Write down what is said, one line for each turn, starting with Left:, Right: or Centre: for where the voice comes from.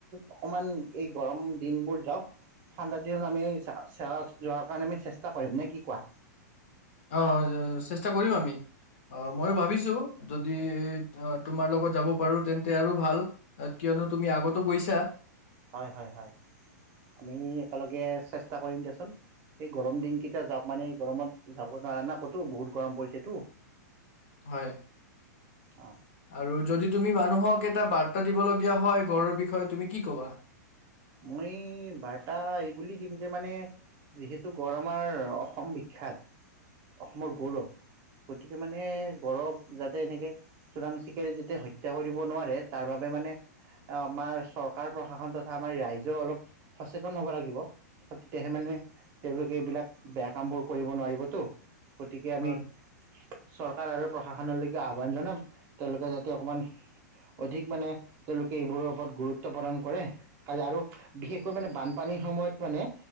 Right: অকমান এই গৰম দিনবোৰ যাওঁ ঠাণ্ডা দিনত আমি যোৱাৰ কাৰণে চেষ্টা কৰিম ন কি কোৱা?
Left: অঁ চেষ্টা কৰিম আমি। অঁ মইও
Right: হয়
Left: ভাবিছো যদি আহ তোমাৰ লগত যাব পাৰো তেন্তে আৰু ভাল কিয়নো তুমি আগতো গৈছা।
Right: হয়, হয়, হয় আমি একেলগে চেষ্টা কৰিম দিয়াচোন এই গৰম দিনকেইটা যাওঁক মানে গৰমত যাব নোৱাৰা ন ক'তো বহুত গৰম পৰিছেতো
Left: হয়
Right: অ
Left: আৰু যদি তুমি মানুহক এটা বাৰ। টা দিব লগগীয়া হয় ঘৰৰ বিষয়ে তুমি কি ক'বা
Right: মই বাৰ্তা এইবুলি দিম যে মানে যিহেতু গড় আমাৰ অসম বি বিখ্যাত অসমৰ গৌৰৱ, গতিকে মানে গড় ক যাতে এনেকৈ চুৰাং চিকাৰ যে। হত্যা কৰিব নোৱাৰে তাৰ বাবে মানে- আমাৰ চৰকাৰ প্ৰশাসন তথা আমাৰ ৰাইজেওঁ অলপ সচেতন হ'ব লাগিব। তেতিয়াহে মানে তেওঁলোকে এইবিলাক বেয়া কাম বোৰ কৰিব নোৱাৰিবতো। গতিকে আমি।
Left: হয়
Right: চৰকাৰ আৰু প্ৰশাসনলৈকে আহ্বান জনাম তেওঁলোকে যাতে অকণমান অধিক মানে তেওঁলোকে এইবোৰৰ ওপৰত গুৰুত্ব প্ৰদান কৰে। আৰু বিশেষকৈ মানে বানপানীৰ সময়ত মানে